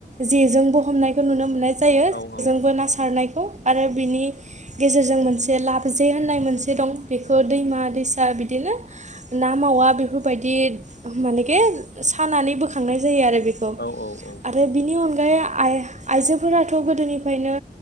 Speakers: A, on the right; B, on the left.
A: जेजों बो हमनायखौ नुनो मोननाय। जायो
B: औ
A: बेजोंबो ना सारनाय। खौ आरो बिनि गेजेरजों मोनसे लाब जे होननाय मोनसे दं बेखौ दैमा दैसा। बिदिनो ना मावा बेफोरबायदि मानेे सानानै बोखार थांनाय जायो आरो बेखौ
B: औ औ औ
A: आरो बिनि अनगायै। आइ आइजोफोराथ' गोदोनिफ्रायनो